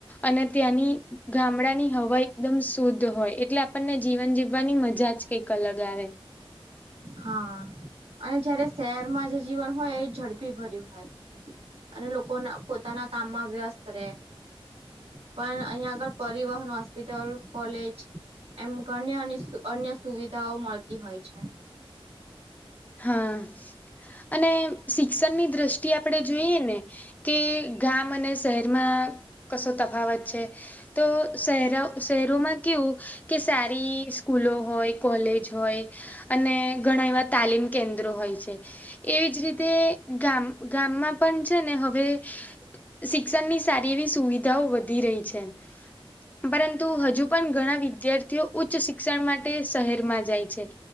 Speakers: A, on the left; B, on the right.
A: અને ત્યાંની ગામડા ની હવા એકદમ શુદ્ધ હોય. એટલે આપણને જીવન જીવવાની મજા જ કંઈક અલગ આવે.
B: હા. અને જયારે શહેરમાં જે જીવન હોય એ ઝડપી ભર્યું હોય. અને લોકોના પોતાના કામમાં વ્યસ્ત રહેે. પણ અહીયાં આગળ પરિવહન હોસ્પિટલ કોલેજ એમ ઘની અન્ય અન્ય સુવિધાઓ મળતી હોય છે.
A: હા. અને શિક્ષણની દ્રષ્ટિ આપણે જોઈએ ને કે ગામ અને શહેરમાં કશો તફાવત છે તો શહેરા શહેરોમાં કેવું કે સારી સ્કૂલો હોય, કોલેજ હોય, અને ઘણા એવા તાલીમ કેન્દ્રો હોય છે. એવી જ રીતે ગામ-ગામમાં પણ છે ને હવે શિક્ષણની સારી એવી સુવિધાઓ વધી રહી છે. પરંતુ હજુ પણ ઘણા વિદ્યાર્થીઓ ઉચ્ચ શિક્ષણ માટે શહેરમાં જાય છે.